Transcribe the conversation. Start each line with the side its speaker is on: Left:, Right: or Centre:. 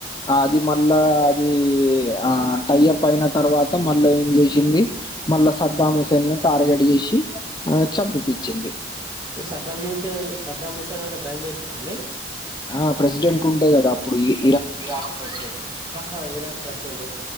Left: అది మళ్ళా అదీ ఆ టై అప్ అయిన తర్వాత మళ్ళా ఏం చేషింది మళ్ళా సద్దాం హుసేన్ ని టార్గెట్ చేషి ఆమే చంపి పిచ్చింది
Right: ఈ సద్దా మీసేన్ సద్దాం హుసేన్ అంటే ప్రైమ్ మినిస్ట అండి
Left: ఆ ప్రెసిడెంట్ ఉంటే కదా అప్పుడు ఇ
Right: ఇరాక్ ప్రెసిడెంట్, ఆహా ఇరాక్ ప్రెసిడెంట్ ఓ